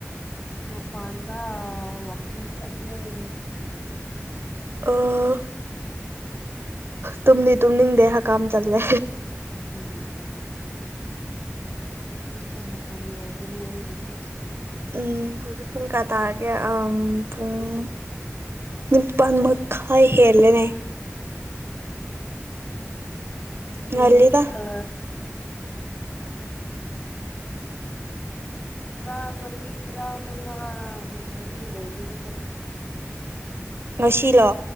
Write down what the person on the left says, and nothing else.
ꯃꯥꯄꯥꯟꯗ ꯋꯥꯀꯤꯡ ꯆꯠꯂ‌ꯦ
ꯎꯝ ꯇꯨꯝꯕ ꯃꯇꯝ ꯌꯧꯔꯅꯤ ꯑꯩꯒꯤꯗꯤ
ꯐꯦꯃꯁ
ꯑ ꯇ꯭ꯔꯥꯃꯔꯤ ꯇ꯭ꯔꯥꯃꯉꯥ ꯒꯨꯝꯕꯗꯤ ꯂꯣꯏꯅꯤꯡꯕꯅꯤ